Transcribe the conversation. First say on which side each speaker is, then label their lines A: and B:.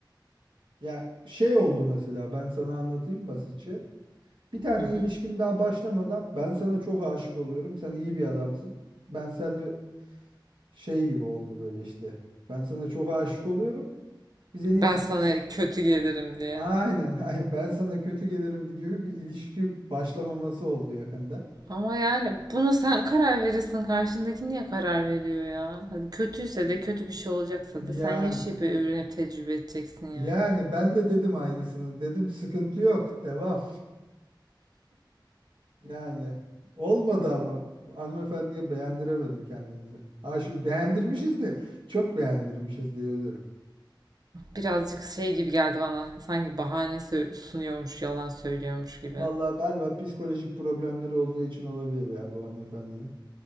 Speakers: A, on the right (about 80°); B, on the right (about 55°).
A: Ya şey oldu mesela ben sana anlatayım basitçe. Bir tane
B: Hı hı.
A: ilişkim daha başlamadan ben sana çok aşık oluyorum. Sen iyi bir adamsın. Ben seninle şey gibi oldu böyle işte. Ben sana çok aşık oluyorum. Biz en iyisi
B: Ben sana
A: ilişki.
B: kötü gelirim diye.
A: Aynen. <laughs> aynen. Ben sana kötü gelirim gibi bir ilişki başlamaması oldu yakında.
B: Ama yani bunu sen karar verirsin. Karşındaki niye karar veriyor ya? Hadi kötüyse de kötü bir şey olacaksa
A: Yani
B: da sen yaşayıp öğrenip tecrübe edeceksin yani.
A: yani ben de dedim aynısını. Dedim sıkıntı yok. Devam. Yani olmadı ama hanımefendiye beğendiremedik kendimizi. Aşık beğendirmişiz de çok beğendirmişiz diyebilirim.
B: Birazcık şey gibi geldi bana. Sanki bahane sö- sunuyormuş, yalan söylüyormuş gibi.
A: Vallahi galiba psikolojik problemleri olduğu için olabilir ya bu hanımefendinin.